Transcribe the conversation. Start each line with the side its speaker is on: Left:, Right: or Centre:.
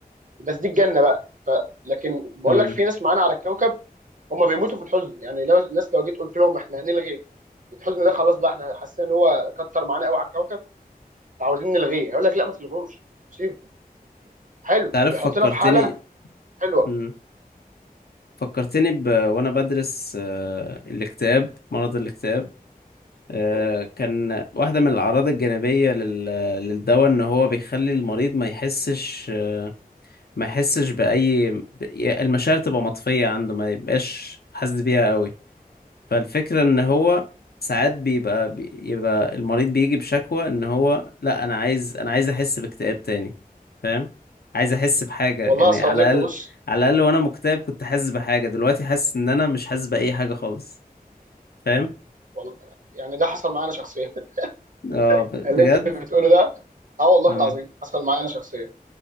Right: بس دي الجنه بقى ف... لكن بقول
Left: مم.
Right: لك في ناس معانا على الكوكب هم بيموتوا في الحزن يعني لو الناس لو جيت قلت لهم احنا هنلغي الحزن ده خلاص بقى احنا حاسين ان هو كتر معانا قوي على الكوكب عاوزين نلغيه هيقول لك لا ما تلغوش سيبه حلو
Left: تعرف
Right: بيحطنا
Left: فكرتني
Right: في حاله حلوه
Left: مم. فكرتني ب... وانا بدرس آه، الاكتئاب مرض الاكتئاب آه،
Right: م.
Left: كان واحدة من الأعراض الجانبية لل- للدواء إن هو بيخلي المريض ما يحسش آه، ما يحسش بأي ب- ي- المشاعر تبقى مطفية عنده ما يبقاش حاسس بيها قوي فالفكرة إن هو
Right: م.
Left: ساعات بيبقى بيبقى المريض بيجي بشكوى إن هو لا أنا عايز أنا عايز أحس باكتئاب تاني فاهم عايز أحس بحاجة
Right: والله
Left: يعني
Right: يا صديقي
Left: على الأقل
Right: بص
Left: على الأقل وأنا مكتئب كنت حاسس بحاجة دلوقتي حاسس إن أنا مش حاسس بأي حاجة خالص فاهم
Right: والله يعني ده حصل معايا انا شخصيا
Left: اه
Right: <laughs>
Left: ب-
Right: اللي
Left: بجد
Right: انت بتقوله ده اه والله
Left: اه
Right: العظيم حصل معايا انا شخصيا